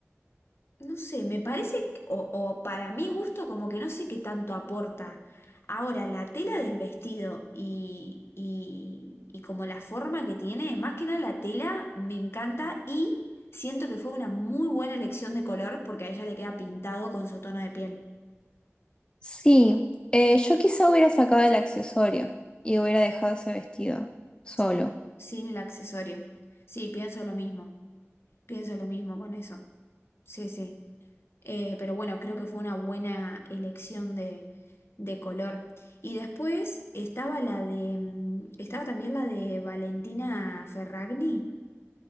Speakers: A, on the left; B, on the left.
A: No sé, me parece, que- o, o para mi gusto, como que no sé qué tanto aporta. Ahora, la tela del vestido y, y, y como la forma que tiene, más que nada la tela, me encanta y siento que fue una muy buena elección de color porque a ella le queda pintado con su tono de piel.
B: Sí, eh, yo quizá hubiera sacado el accesorio y hubiera dejado ese vestido solo.
A: Sí. Sin el accesorio. Sí, pienso lo mismo. Pienso lo mismo con eso. Sí, sí. Eh, pero bueno, creo que fue una buena elección de, de color. Y después estaba la de, mm, estaba también la de Valentina Ferragni.